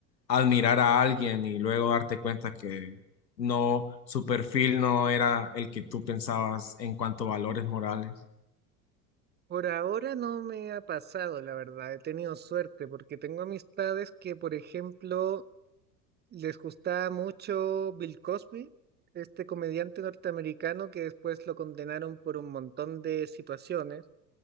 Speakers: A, on the left (about 75°); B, on the right (about 20°).
A: admirar a alguien y luego darte cuenta que no, su perfil no era el que tú pensabas en cuanto a valores morales.
B: Por ahora no me ha pasado, la verdad, he tenido suerte porque tengo amistades que, por ejemplo, Les gustaba mucho Bill Cosby, este comediante norteamericano que después lo condenaron por un montón de situaciones